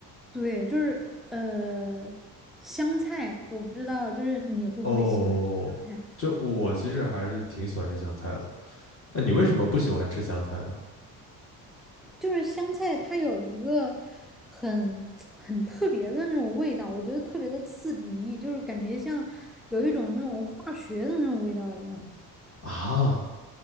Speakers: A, in the centre; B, on the left (about 25°).
A: 对，就是呃，香菜，我不知道，就是你会不会喜欢吃香菜？
B: 哦，就我其实还是挺喜欢吃香菜的。那你为什么不喜欢吃香菜呢？
A: 就是香菜它有一个很很特别的那种味道，我觉得特别的刺鼻，就是感觉像有一种那种化学的那种味道一样。
B: 啊，